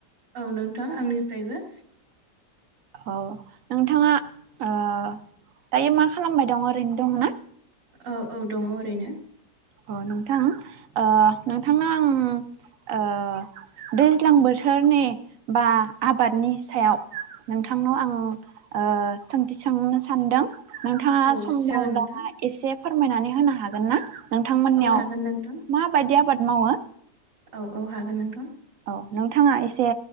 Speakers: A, on the right (about 85°); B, on the right (about 65°).
A: औ नोंथां आंनिफ्रायबो।
B: औ नोंथाङा ओ दायो मा खालामबाय दं ओरैनो दं ना?
A: औ औ दङ ओरैनो।
B: अ नोंथां ओ नोंथांनो आं ओ दैज्लां बोथोरनि बा आबादनि सायाव नोंथांनाव आं ओ सोंथि सोंनो सान्दों। नोंथाङा
A: औ
B: सम
A: जागोन
B: दं दंना
A: नोंथां
B: एसे फोरमायनानै होनो हागोन ना? थांमोननियाव
A: औ हागोन नोंथां
B: माबायदि आबाद मावो?
A: औ औ हागोन नोंथां।
B: औ नोंथाङा एसे